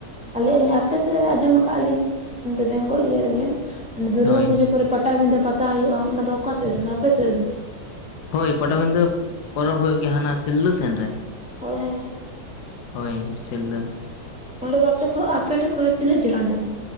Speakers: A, in the centre; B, on the left.
A: ᱟᱞᱮᱭᱟᱜ ᱟᱹᱞᱤᱧ ᱟᱯᱮ ᱥᱮᱫ ᱨᱮ ᱟᱸᱡᱚᱢᱟ ᱠᱟᱜᱼᱟ ᱞᱤᱧ ᱚᱱᱛᱮ ᱵᱮᱝᱜᱚᱞ ᱤᱭᱟᱹ ᱨᱮᱜᱮ ᱫᱩᱨᱜᱟᱹ
B: ᱦᱳᱭ
A: ᱯᱩᱡᱟᱹ ᱯᱚᱨᱮ ᱯᱟᱴᱟᱵᱤᱫᱟᱹ ᱯᱟᱛᱟ ᱦᱩᱭᱩᱜᱼᱟ ᱚᱱᱟ ᱫᱚ ᱚᱠᱟ ᱥᱮᱜ ᱨᱮ ᱟᱯᱮ ᱥᱮᱜ ᱨᱮᱜᱮ ᱥᱮ
B: ᱦᱳᱭ ᱯᱟᱴᱟᱵᱤᱱᱫᱷᱟᱹ ᱯᱚᱨᱚᱵᱽ ᱦᱩᱭᱩᱜ ᱜᱮᱭᱟ ᱦᱟᱱᱟ ᱥᱤᱞᱫᱟᱹ ᱥᱮᱱ ᱨᱮ
A: <unintelligible>
B: ᱦᱳᱭ ᱥᱤᱞᱫᱟᱹ
A: ᱚᱸᱰᱮ ᱫᱚ ᱟᱯᱮ ᱠᱷᱚ ᱟᱯᱮᱴᱷᱮᱡ ᱠᱷᱚᱱᱚᱡ ᱛᱤᱱᱟᱹᱜ ᱡᱷᱟᱹᱞᱼᱟ ᱚᱸᱰᱮ ᱫᱚ